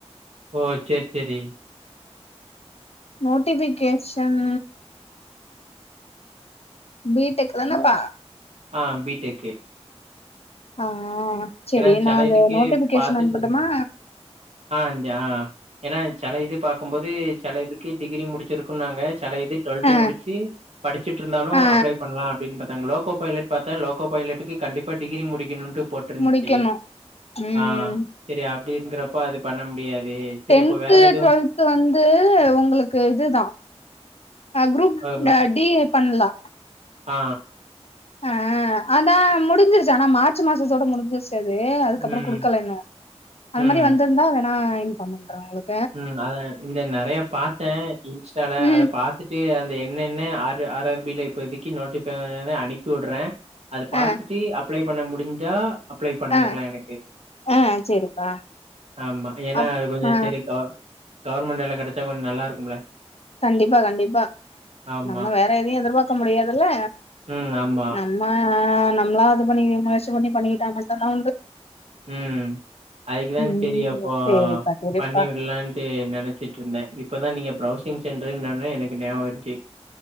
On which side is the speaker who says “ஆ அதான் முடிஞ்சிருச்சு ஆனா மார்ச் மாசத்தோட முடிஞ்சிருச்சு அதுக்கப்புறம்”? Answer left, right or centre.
Left